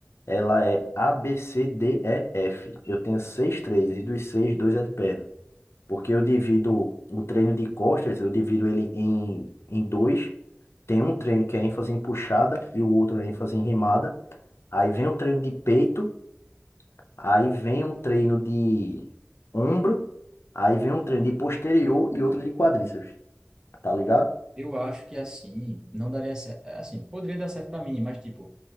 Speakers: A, on the left; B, on the right.
A: ela é A, B, C, D, E, F. Eu tenho seis, três, e dos seis, dois é de perna. porque eu divido o treino de costas, eu divido ele em, em dois. Tem um treino que é ênfase em puxada e o outro é ênfase em remada. Aí vem o treino de peito, aí vem um treino de ombro, aí vem um treino de posterior e outro de quadríceps, tá ligado?
B: eu acho que assim, não daria certo. Assim, poderia dar certo para mim, mas tipo,